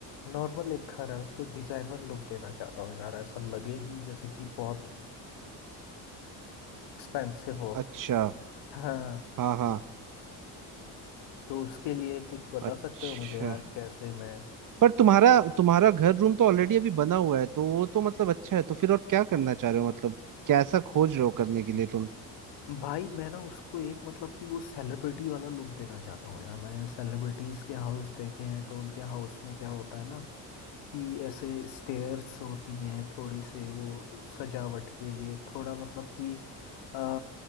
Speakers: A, on the left; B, on the right.
A: नॉर्मल एक घर है उसको डिजाइनर लुक देना चाहता हूँ यार ऐसा लगेगी जैसे कि बहुत एक्सपेंसिव हो
B: अच्छा
A: हाँ
B: हाँ हाँ
A: तो उसके लिए कुछ बता
B: अच्छा
A: सकते हो मुझे यार कैसे मैं
B: पर तुम्हारा तुम्हारा घर रूम तो ऑलरेडी अभी बना हुआ है तो वो तो मतलब अच्छा है तो फिर और क्या करना चाह रहे हो मतलब कैसा खोज रहे हो करने के लिए तुम
A: भाई मैं ना उसको एक मतलब कि वो सेलिब्रिटी वाला लुक देना चाहता हूँ यार मैंने सेलिब्रिटीज के हाउस देखे हैं तो उनके हाउस में क्या होता है ना कि ऐसे स्टेयर्स होती हैं थोड़ी से वो सजावट के लिए थोड़ा मतलब कि अ,